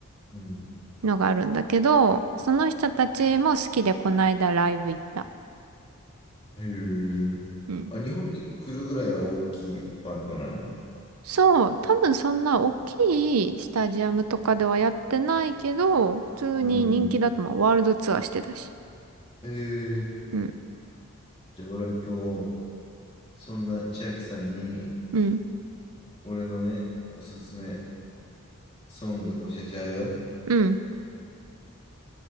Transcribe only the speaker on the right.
のがあるんだけど、その人たちも好きでこないだライブ行った。
うん。
そう。多分そんな大きいスタジアムとかではやってないけど、普通に人気だと思う。
ワールドツアーしてたし。
うん。
うん。
うん。